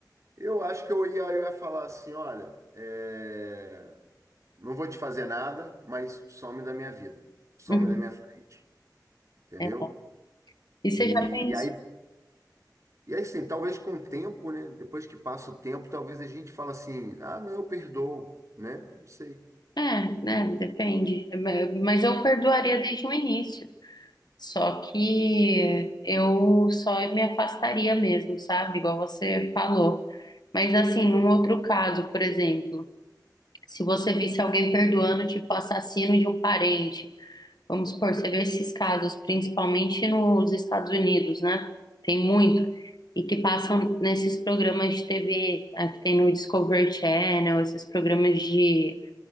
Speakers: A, on the right; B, on the left.
A: Eu acho que eu ia, eu ia falar assim, olha, é, não vou te fazer nada, mas some da minha vida, some
B: Uhum.
A: da minha frente, entendeu?
B: É, E você
A: E,
B: já pensa?
A: e aí, e aí sim, talvez com o tempo, né? Depois que passa o tempo, talvez a gente fala assim, ah, não, eu perdoo, né? Não sei.
B: É, né? Depende. Ma- Mas eu perdoaria desde o início. Só que eu só me afastaria mesmo, sabe? Igual você falou. Mas assim, um outro caso, por exemplo, se você visse alguém perdoando, tipo, assassino de um parente. Vamos supor, você vê esses casos, principalmente nos Estados Unidos, né? Tem muito. E que passam nesses programas de TV, eh, que tem no Discovery Channel, esses programas de